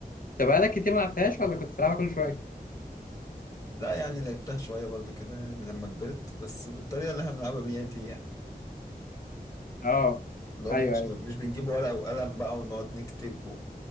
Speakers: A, on the left; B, on the left.
A: انت بقالك كتير ما لعبتهاش ولا كنت بتلعبها كل شوية؟
B: لا يعني لعبتها شوية برضو كده يعني لما كبرت بس بالطريقة اللي احنا بنلعبها بيها دي يعني
A: اه
B: اللي هو
A: ايوه
B: مش
A: ايوه
B: مش بنجيب ورقة وقلم بقى ونقعد نكتب و...